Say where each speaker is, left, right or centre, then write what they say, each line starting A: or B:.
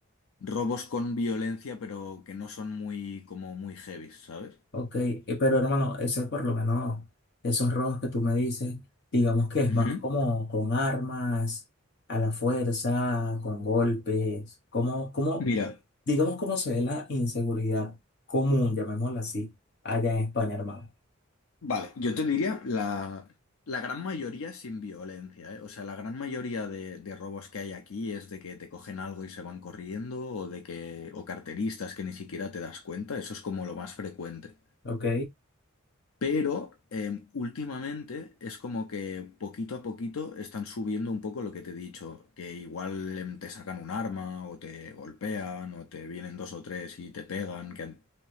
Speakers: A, on the left; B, on the left.
A: robos con violencia, pero que no son muy, como muy heavy, ¿sabes?
B: Ok, eh, pero hermano, ese por lo menos, esos robos que tú me dices, digamos que es
A: Ujú.
B: más como con armas, a la fuerza, con golpes, como, como,
A: Mira,
B: digamos cómo se ve la inseguridad común, llamémosla así, allá en España, hermano.
A: vale, yo te diría la, la gran mayoría sin violencia, ¿eh? O sea, la gran mayoría de, de robos que hay aquí es de que te cogen algo y se van corriendo, o de que, o carteristas que ni siquiera te das cuenta, eso es como lo más frecuente.
B: Ok,
A: Pero eh, últimamente es como que poquito a poquito están subiendo un poco lo que te he dicho, que igual em, te sacan un arma o te golpean o te vienen dos o tres y te pegan, que an-